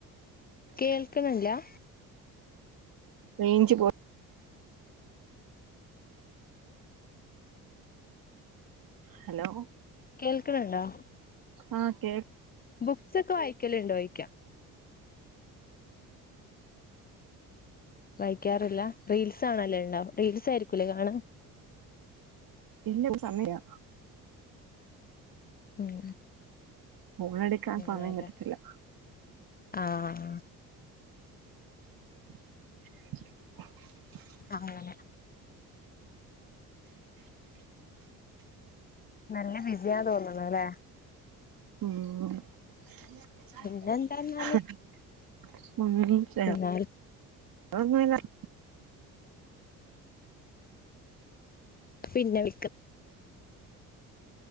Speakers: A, on the left (about 20°); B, on the right (about 45°).
A: കേൾക്ണില്ലാ?
B: റേഞ്ച് പോ- ഹലോ
A: കേൾക്കണണ്ടോ?
B: ആഹ് കേ
A: ബുക്സൊക്കെ വായിക്കലുണ്ടോയിക്കാ? വായിക്കാറില്ല. റീൽസ് ആണല്ലേ ഇണ്ടാവും റീൽസ് ആയിരിക്കൂല്ലേ കാണ
B: ഇല്ല സമയില്ല.
A: ഉം
B: ഫോണെടുക്ക
A: അങ്ങനെല്ലേ
B: സമയം കിട്ടത്തില്ല.
A: ആഹ്
B: <unintelligible>
A: ആഹ് അങ്ങനെ. നല്ല വിസിയാ തോന്നുണൂല്ലേ?
B: ഉം
A: പിന്നെന്താന്നാല്
B: <unintelligible>
A: എന്നാൽ പിന്നെ വിള്ക